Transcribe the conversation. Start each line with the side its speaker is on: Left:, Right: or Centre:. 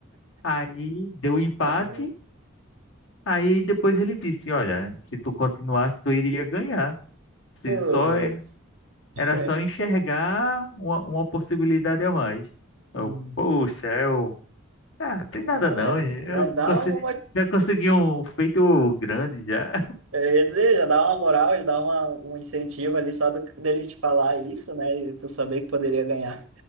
Left: aí deu
Right: sala.
Left: o empate, aí depois ele disse: Olha, se tu continuasse, tu iria ganhar. Se
Right: Putz.
Left: só é-
Right: <laughs>
Left: era só enxergar uma, uma possibilidade a mais. Eu,
Right: Uhum.
Left: poxa, eu. Ah, tem nada
Right: Ah,
Left: não,
Right: mas
Left: eu
Right: né, dá
Left: consigo.
Right: uma.
Left: Já consegui um feito grande já.
Right: Eu ia dizer, já dá uma moral, já dá uma, um incentivo ali só do, dele te falar isso, né? E tu saber que poderia ganhar.